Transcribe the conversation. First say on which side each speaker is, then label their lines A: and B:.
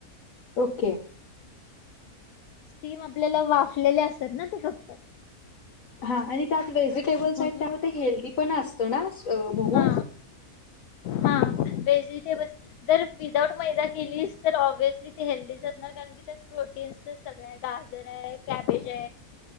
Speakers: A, on the left (about 60°); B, on the left (about 85°).
A: ओके
B: स्टीम आपल्याला वाफलेले असत ना ते फक्त
A: हा आणि त्यात व्हेजिटेबल्स
B: म्हणून
A: आहेत त्यामध्ये हेल्दीी पण असतो नामोज
B: हा हा व्हेजिटेबल्स जर विदाऊट मैदा केलीस तर ऑब््हसली ती हेल्दीच असणार कारण की त्यात प्रोटीन्स सगळं गाजर कबेज